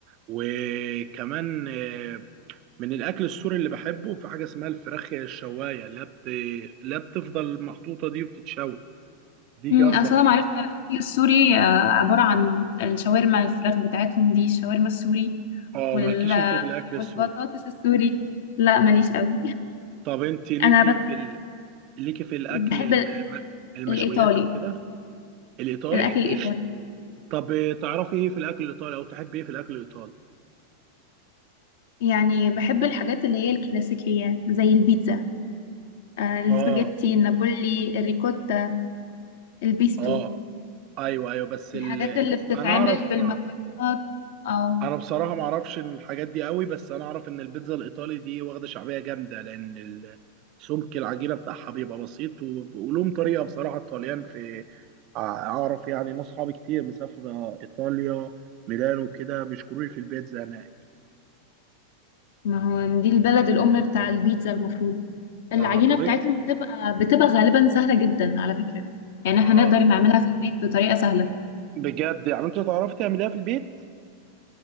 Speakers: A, on the right (about 40°); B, on the left (about 55°).
A: وكمان آه، من الاكل السوري اللي بحبه في حاجه اسمها الفراخ الشوايه لا بت... لا بتفضل محطوطه دي وبتتشوي دي
B: امم
A: جامده
B: أصل
A: بقى
B: أنا معرفتي على الأكل السوري آه، عبارة عن الشاورما الفراخ بتاعتهم دي الشاورما السوري
A: اه
B: وال...
A: مالكيش انت في الاكل
B: والبطاطس
A: السوري
B: السوري لا ماليش
A: اه
B: قوي
A: طب انت ليكي
B: <laughs> انا بس
A: في ال... ليكي في الاكل
B: بحب
A: الم...
B: ال-
A: المشويات
B: الايطالي
A: او كده الايطالي
B: الاكل الايطالي
A: قشطه طب آه، تعرفي ايه في الاكل الايطالي او تحبي ايه في الاكل الايطالي
B: يعني بحب الحاجات اللي هي الكلاسيكيه زي البيتزا آه، السباجيتي
A: اه
B: النابولي الريكوتا البيستو
A: اه ايوه ايوه بس ال...
B: الحاجات
A: ال...
B: اللي بتتعمل
A: انا اعرف
B: بالمكرونات اه
A: انا بصراحه ما اعرفش الحاجات دي قوي بس انا اعرف ان البيتزا الايطالي دي واخده شعبيه جامده لان ال- سمك العجينه بتاعها بيبقى بسيط وب- ولهم طريقه بصراحه الطليان في أع- اعرف يعني ناس صحابي كتير مسافره ايطاليا ميلانو وكده بيشكروا لي في البيتزا هناك
B: ما هو دي البلد الأم بتاع البيتزا المفروض العجينة
A: اه طب
B: بتاعتهم
A: ايه
B: بتبقى بتبقى غالبا سهلة جدا على فكرة يعني
A: اه
B: احنا نقدر نعملها في البيت بطريقة سهلة
A: بجد يعني انت تعرف تعمليها في البيت